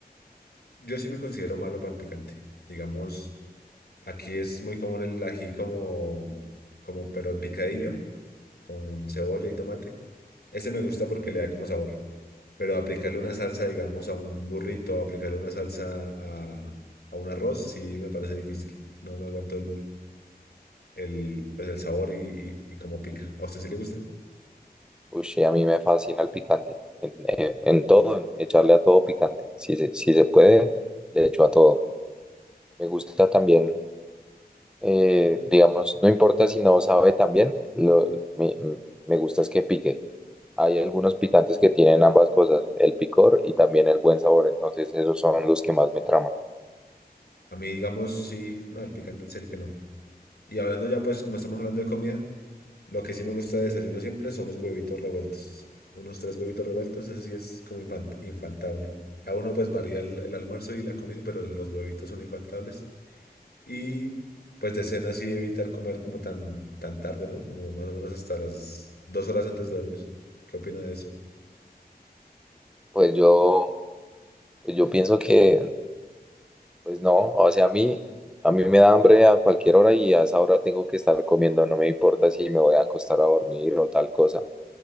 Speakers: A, on the left; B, in the centre.
A: Yo sí me considero malo para el picante. Digamos, aquí es muy común el ají como, como pero en picadillo, con cebolla y tomate. Ese me gusta porque le da como sabor. Pero aplicarle una salsa, digamos, a un burrito, aplicarle una salsa a, a un arroz, sí me parece difícil. No me aguanto el, el, pues el sabor y, y, y cómo pica. ¿A usted sí le gusta?
B: Uy, sí, a mí me fascina el picante. En, eh, en todo, en echarle a todo picante. Si se, si se puede, le echo a todo. Me gusta también, eh, digamos, no importa si no sabe también, lo, me, me gusta es que pique. Hay algunos picantes que tienen ambas cosas, el picor y también el buen sabor. Entonces, esos son los que más me traman.
A: A mí, digamos, sí, no, el picante en serio que no. Y hablando ya, pues, como estamos hablando de comida, lo que sí me gusta de desayuno siempre son los huevitos revueltos. Unos tres huevitos revueltos, eso sí es como infan- infaltable. A uno pues varía el, el almuerzo y la comida, pero los huevitos son infaltables. Y pues de cena sí evitar comer como tan, tan tarde, ¿no? Como más o menos hasta las dos horas antes de dormir. ¿Qué opina de eso?
B: Pues yo, pues yo pienso que Pues no, o sea, a mí, a mí me da hambre a cualquier hora y a esa hora tengo que estar comiendo, no me importa si me voy a acostar a dormir o tal cosa.